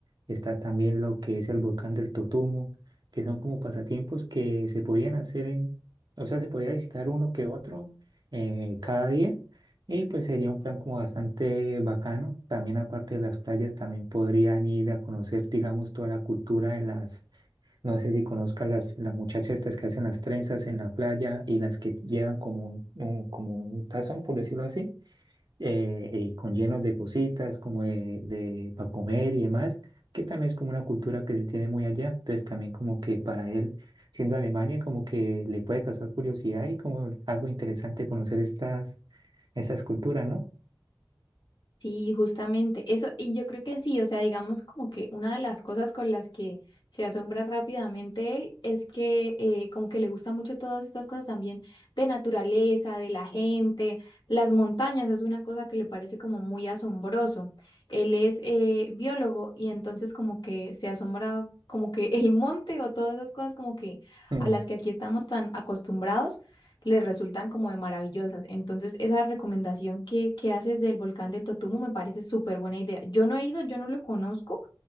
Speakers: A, on the right; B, on the left.
A: está también lo que es el volcán del Totumo, que son como pasatiempos que se podían hacer en, o sea, se podía visitar uno que otro eh, cada día y pues sería un plan como bastante bacano. También aparte de las playas, también podrían ir a conocer, digamos, toda la cultura de las, no sé si conozcas las, las muchachas estas que hacen las trenzas en la playa y las que llevan como un, un- como un tazón, por decirlo así, eh, eh, con llenos de cositas, como de, de para comer y demás, que también es como una cultura que se tiene muy allá. Entonces también como que para él, siendo Alemania, como que le puede causar curiosidad y como algo interesante conocer estas, estas culturas, ¿no?
B: Sí, justamente eso, y yo creo que sí, o sea, digamos como que una de las cosas con las que se asombra rápidamente él es que eh, como que le gusta mucho todas estas cosas también de naturaleza, de la gente, las montañas es una cosa que le parece como muy asombroso. Él es eh, biólogo y entonces como que se asombra como que el monte o todas esas cosas como que
A: Mm.
B: a las que aquí estamos tan acostumbrados les resultan como de maravillosas. Entonces, esa recomendación que, que haces del volcán del Totumo me parece súper buena idea. Yo no he ido, yo no lo conozco,